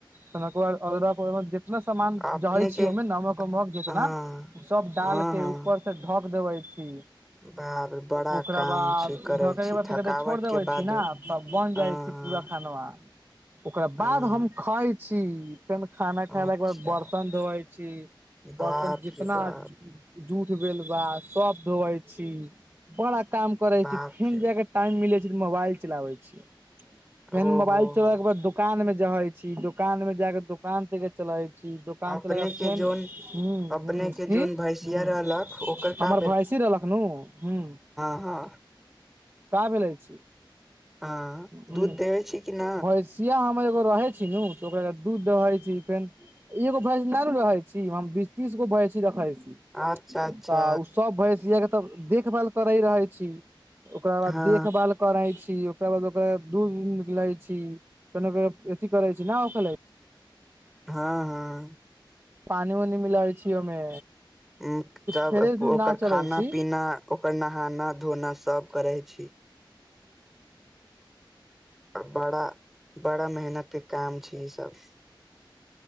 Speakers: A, on the right (about 25°); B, in the centre.
A: फेन ओकर बाद अगरम बगरम जतना सामान
B: अपने
A: जाइछी
B: के
A: ओहिमे नमक उमक जेतना
B: हँ
A: सब डाल
B: हँ
A: के
B: हँ
A: ऊपर से ढक क देबैइ छी
B: बाप रे बड़ा
A: ओकरा
B: काम
A: बाद
B: छी करै
A: ढके
B: छी
A: के बाद तनका
B: थकावट
A: देर छोड़ देबे
B: के बादो
A: छी ना तब बन जाइ
B: हँ
A: छी पूरा खानमा ओकरा
B: हँ
A: बाद हम खाइ छी फेन खाना
B: हँ
A: खयलाके
B: अच्छा
A: बाद बरतन धोइ छी
B: बाप
A: बर्तन जितना
B: रे बाप
A: जूठबेलवा सब धोवैइ छी बड़ा काम करैइ
B: बाप
A: छी फेन
B: रे
A: जाय
B: बाप।
A: के टाइम मिले मोबाइल चलाबै छियै फेन
B: ओ
A: मोबाइल
B: हो
A: चलेला
B: हो
A: के बाद दोकान में जाइछी दोकान में जाके दोकान से के चलबैइ छी दोकान
B: अपने
A: चला के बाद फेन
B: जोन
A: हूं
B: अपने
A: हूं
B: के
A: की
B: जोन भैंसिया
A: हूं
B: रहलक ओकर का
A: हमर भैंसी रहलकनू हूं
B: हां
A: का बोलैइ छी
B: हँ
A: हूं
B: दूध देबै छी कि न
A: भैंसिया हमर एगो रहै छी न तऽ ओकरा दूध दहै छी फेर एगो भैंस न ने रहै छी हम बीस तीस गो भैंसी रखे छी
B: अच्छा अच्छा
A: तऽ ओ सब भैस य तऽ देख देखभाल करे रहै छी ओकरा
B: हँ
A: बाद देखभाल करै छी ओकरा बाद ओकरा दूध उध निकलाै छी केन क अथी करै छी न ओकरा लेल
B: हँ हँ
A: पानि उनी मिलाबै छियै ओहिमे
B: उ जब
A: फेरे दूध
B: ओकर
A: ना चलै
B: खाना
A: छी
B: पीना ओकर नहाना धोना सब करे छी आ बड़ा बड़ा मेहनत के काम छै ईसभ